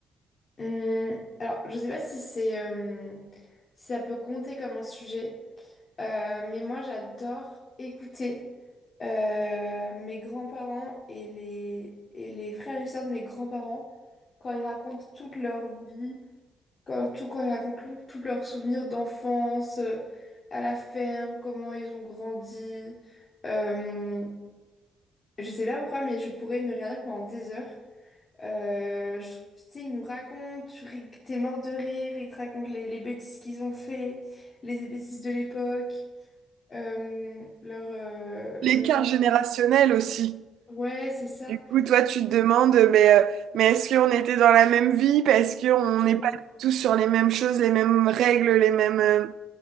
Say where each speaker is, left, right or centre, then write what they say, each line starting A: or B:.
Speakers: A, on the left; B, on the right.
A: Hum, alors, je sais pas si c'est euh, si ça peut compter comme un sujet, euh, mais moi j'adore écouter euh, mes grands-parents et les et les frères et sœurs de mes grands-parents quand ils racontent toute leur vie, quand, tout quand ils racontent tout- tous leurs souvenirs d'enfance euh, à la ferme, comment ils ont grandi. Euh, je sais pas pourquoi, mais je pourrais ne rien dire pendant des heures. Euh, je trouve- tu sais, ils nous racontent, tu ris- t'es mort de rire, ils te racontent les, les bêtises qu'ils ont fait, les bêtises de l'époque, euh, leur, euh,
B: L'écart
A: leur enfant.
B: générationnel aussi.
A: Ouais, c'est ça.
B: Du coup, toi, tu te demandes, mais, euh, mais est-ce qu'on était dans la même vie? Parce qu'on n'est
A: Mm,
B: pas tous sur les mêmes choses, les mêmes règles, les mêmes euh,